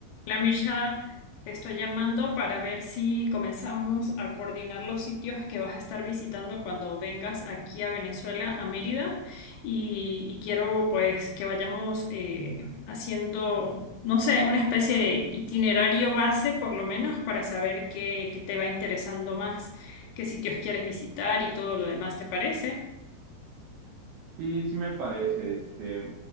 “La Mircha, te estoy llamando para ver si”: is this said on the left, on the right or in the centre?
Left